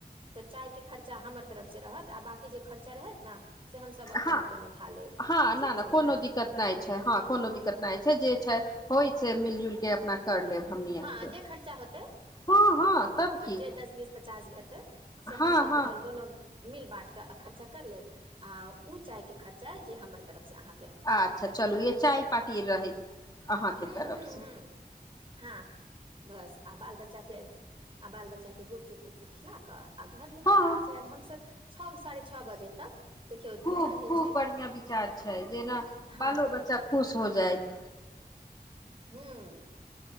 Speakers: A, on the right; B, on the left.
A: तऽ चाय के खर्चा हमर तरफ से रहत आ बकी जे खर्चा रहत ने से हमसभ अपन
B: हँ
A: अपन उठा लेब
B: हँ न
A: ठीक
B: नहि
A: छै
B: कोनो
A: ने
B: दिक्कत नहि छै हँ कोनो दिक्कत नहि छै जे छै होइ छै मिलजुलके अपना कर लेब हमनी आरके
A: हँ जे खर्चा होतै
B: हँ हँ तब की
A: जे दस बीस पचास हेतै से
B: हँ
A: हमसभ
B: हँ
A: दुोनो मिल बाट त खर्चा करलेब आ ऊ चाय के खर्चा हमर तरफ से अहाँक
B: अच्छा चलू य चाय पारटी रहै अहाँके
A: हू
B: तरफ
A: हू
B: से
A: हू हँ बस आ बाल बच्चा के आ बाल बच्चा के गुप्त चुप चुपचुप खिला कऽ आ घर लेके
B: हँ
A: आ जाय हमस छओ साढ़े छओ बजे तक देखियौ
B: खूब
A: दिने रहै
B: खूब
A: छै
B: बढ़िया विचार छै जेना
A: हँ
B: बालो बच्चा खुश हो जायत
A: ह